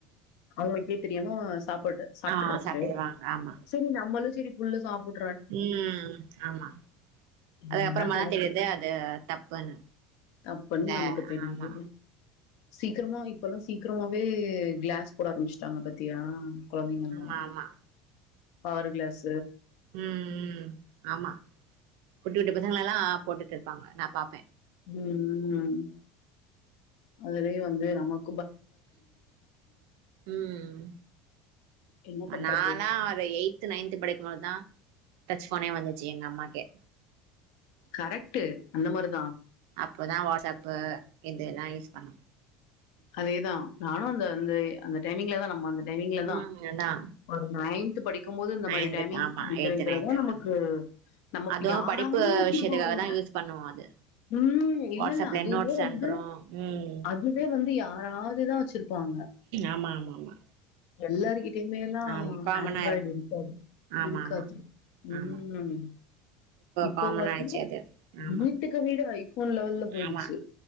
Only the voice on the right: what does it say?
ஆ சாப்ட்டுருவாங்க ஆமா
ம், ஆமா அதுகப்புறமாதா
தெரியுது அது தப்புன்னு,
இந்த
ஆமா
ஆமா ஆமா
ம், ம் ஆமா. குட்டி குட்டி பசங்கலல்லா போட்டுட்டுருப்பாங்க நா பாப்பே.
ம்,
நாலா ஒரு எயித்து, நைன்த்து, படிக்கு போது தா டச் போனே வந்துச்சு எங்க அம்மாக்கே.
ப்போதா வாட்ஸ்சப்பு இதெல்லா யூஸ் பண்ணும்
ம் அதா
நைன்து
ஆமா
எய்த் நைன்து
ஆமா
அதுவு
படிப்பு
விஷயத்துக்காக தா யூஸ் பண்ணுவோ அது
வாட்ஸ்அப்ல
நோட்ஸ்
அனுப்புறோ ம்
ஆமா ஆமா ஆமா.
ஆமா காமனா
ஆமா
ஆமா
ஆமா
காமன்
ஆயிடுச்சு அது ஆமா
ஆமா